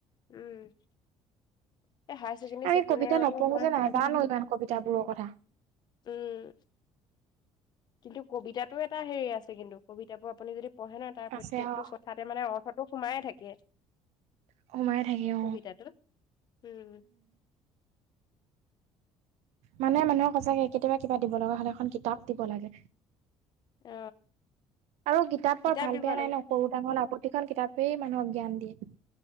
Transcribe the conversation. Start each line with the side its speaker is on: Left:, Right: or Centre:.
Left: উম। এই হায়াৰ ছেকেণ্ডৰী
Right: আমি কবিতা
Left: ছেকেণ্ড
Right: নপঢ়ো যে নাজানো
Left: ইয়াত
Right: ইমান কবিতাবোৰৰ
Left: আপোনাৰ
Right: কথা
Left: উম। কিন্তু কবিতাতো এটা হেৰি আছে কিন্তু, কবিতাবোৰ আপুনি যদি পঢ়ে নহয়, তাৰ
Right: আছে
Left: প্ৰত্যেকটো
Right: অ
Left: ক থাতে মানে অৰ্থটো সোমাইয়ে থাকে।
Right: সোমাই থাকে অ
Left: কবিতাটোৰ, উম।
Right: মানে, মানুহক সঁচাকে কেতিয়াবা কিবা দিব লগা হ'লে, এখন কিতাপ দিব লাগে।
Left: অ
Right: আৰু কিতাপৰ
Left: কিতাপ
Right: ভাল
Left: দিব
Right: বেয়া নাই
Left: লাগে
Right: ন', সৰু ডাঙৰ আপ প্ৰতিখন কিতাপেই মানুহক জ্ঞান দিয়ে,